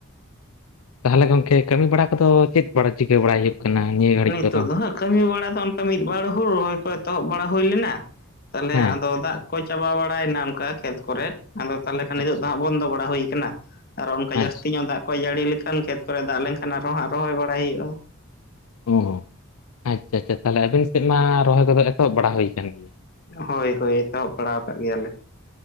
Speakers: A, on the left; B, on the left.
A: ᱛᱟᱦᱚᱞᱮ ᱜᱚᱝᱠᱮ ᱠᱟᱹᱢᱤ ᱵᱟᱲᱟ ᱠᱚᱫᱚ ᱪᱮᱫ ᱵᱟᱲᱟ ᱪᱤᱠᱟᱹ ᱵᱟᱲᱟᱭ ᱦᱩᱭᱩᱜ ᱠᱟᱱᱟ ᱱᱤᱭᱟᱹ ᱜᱷᱟᱹᱲᱤᱡ
B: ᱱᱤᱛᱚᱜ
A: ᱠᱚᱫᱚ
B: ᱫᱚ ᱦᱟᱸᱜ ᱠᱟᱹᱢᱤ ᱵᱟᱲᱟ ᱫᱚ ᱚᱱᱠᱟ ᱢᱤᱫ ᱵᱟᱨ ᱦᱩᱲ ᱨᱚᱦᱚᱭ ᱠᱚ ᱮᱛᱚᱦᱚᱵ ᱵᱟᱲᱟ ᱦᱩᱭ ᱞᱮᱱᱟ, ᱛᱟᱦᱞᱮ
A: ᱦᱮᱸ
B: ᱟᱫᱚ ᱫᱟᱜ ᱠᱚ ᱪᱟᱵᱟ ᱵᱟᱲᱟᱭ ᱱᱟ ᱚᱱᱠᱟ ᱠᱷᱮᱛ ᱠᱚᱨᱮᱫ, ᱟᱫᱚ ᱛᱟᱦᱚᱞᱮ ᱠᱷᱟᱱ ᱱᱤᱛᱚᱜ
A: ᱟᱪᱪᱷᱟ
B: ᱫᱚ ᱦᱟᱸᱜ ᱵᱚᱱᱫᱚ ᱵᱟᱲᱟ ᱦᱳᱭᱠᱟᱱᱟ ᱟᱨᱚ ᱚᱱᱠᱟ
A: ᱟᱪᱪᱷᱟ
B: ᱡᱟᱹᱥᱛᱤ ᱧᱚᱜ ᱫᱟᱜ ᱠᱚᱭ ᱡᱟᱹᱲᱤ ᱞᱮᱠᱷᱟᱱ ᱠᱷᱮᱛ ᱠᱚ ᱨᱮ ᱫᱟᱜ ᱞᱮᱱᱠᱷᱟᱱ ᱟᱨᱚ ᱦᱟᱸᱜ ᱨᱚᱦᱚᱭ ᱵᱟᱲᱟᱭ ᱦᱩᱭᱩᱜᱼᱟ᱾
A: ᱚ ᱟᱪᱪᱷᱟ ᱪᱷᱟ ᱛᱟᱦᱞᱮ ᱟᱵᱤᱱ ᱥᱮᱫ ᱢᱟ ᱨᱚᱦᱚᱭ ᱠᱚ ᱫᱚ ᱮᱛᱚᱦᱚᱵ ᱵᱟᱲᱟ ᱦᱩᱭ ᱠᱟᱱ ᱜᱮᱭᱟ?
B: ᱦᱳᱭ ᱦᱳᱭ ᱮᱛᱚᱦᱚᱵ ᱵᱟᱲᱟᱣ ᱠᱟᱫ ᱜᱮᱭᱟᱞᱮ᱾